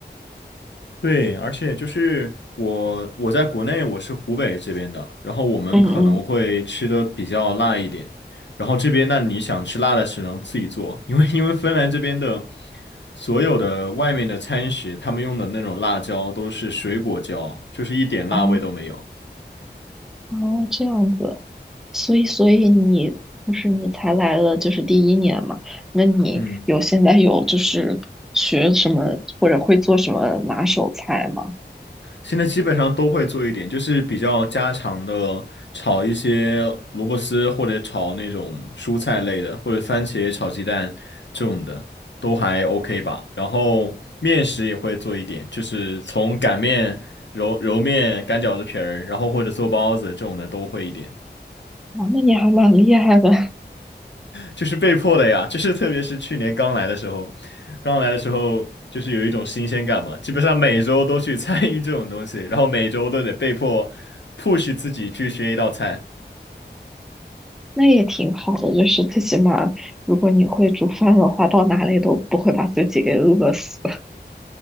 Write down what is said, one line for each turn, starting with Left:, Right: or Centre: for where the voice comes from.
Left: 对，而且就是我我在国内我是湖北这边的，然后我们可能会吃的比较辣一点，
Centre: 嗯嗯，
Left: 然后这边那你想吃辣的只能自己做，因为因为芬兰这边的所有的外面的餐食，他们用的那种辣椒都是水果椒，就是一点辣味都没有。
Centre: 哦哦，这样子，所以所以你不是你才来了就是第一年嘛？那你有现在有就是学什么或者会做什么拿手菜吗？
Left: 嗯。现在基本上都会做一点，就是比较家常的，炒一些萝卜丝或者炒那种蔬菜类的，或者番茄炒鸡蛋这种的，都还 OK 吧。然后面食也会做一点，就是从擀面、揉揉面、擀饺子皮儿，然后或者做包子这种的都会一点。
Centre: 啊，那你还蛮厉害的。
Left: 就是被迫的呀，<laughs> 就是特别是去年刚来的时候，刚来的时候就是有一种新鲜感嘛，基本上每周都去参与这种东西，然后每周都得被迫 push 自己去学一道菜。
Centre: 那也挺好的，就是最起码如果你会煮饭的话，到哪里都不会把自己给饿死。<laughs>